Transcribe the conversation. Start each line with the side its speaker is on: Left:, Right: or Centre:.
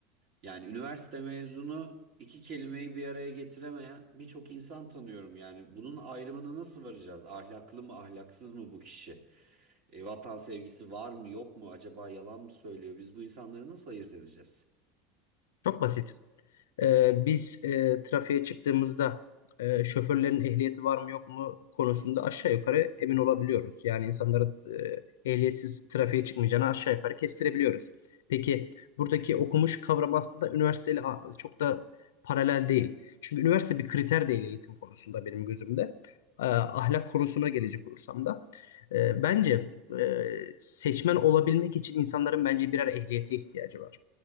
Right: Yani üniversite mezunu iki kelimeyi bir araya getiremeyen birçok insan tanıyorum yani. Bunun ayrımına nasıl varacağız? Ahlaklı mı, ahlaksız mı bu kişi? E, vatan sevgisi var mı, yok mu? Acaba yalan mı söylüyor? Biz bu insanları nasıl ayırt edeceğiz?
Left: Çok basit. Ee, biz e, trafiğe çıktığımızda e, şoförlerin ehliyeti var mı yok mu konusunda aşağı yukarı emin olabiliyoruz. Yani insanların e, ehliyetsiz trafiğe çıkmayacağını aşağı yukarı kestirebiliyoruz. Peki buradaki okumuş kavram aslında üniversiteyle a- çok da paralel değil. Çünkü üniversite bir kriter değil eğitim konusunda benim gözümde. Ee, ahlak konusuna gelecek olursam da. e, bence e, seçmen olabilmek için insanların bence birer ehliyete ihtiyacı var.